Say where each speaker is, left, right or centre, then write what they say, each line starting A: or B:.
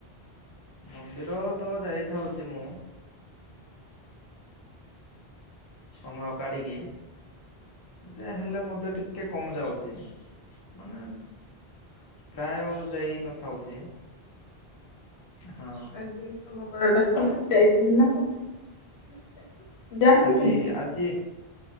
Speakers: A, on the left; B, on the left.
A: ମନ୍ଦିର ତ ଯାଇଥାଉଛି ମୁଁ। ହମୟ କାଢ଼ିକି ଯାହେଲେ ମଧ୍ୟ ଟିକେ କମ୍ ଯାଉଛି ମାନେ ସ୍। ପ୍ରାୟ ଯାଇ ନଥାଉଛି। ହଁ
B: ଆଜି ସୋମ ବାରଟା ଥିଲା ଯାଇଥିଲି ନା କଣ। ଜାଣିନ୍ତି
A: ଆଜି
B: କି?
A: ଆଜି